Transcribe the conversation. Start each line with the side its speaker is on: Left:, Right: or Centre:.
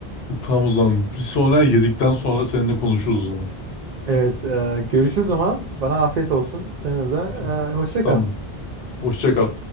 Left: tam o zaman. Bir sonra yedikten sonra seninle konuşuruz o zaman.
Right: Evet. e, görüşürüz o zaman. Bana afiyet olsun. Sana da
Left: Tamam.
Right: e, hoşça kal.
Left: Tamam. Hoşça kal.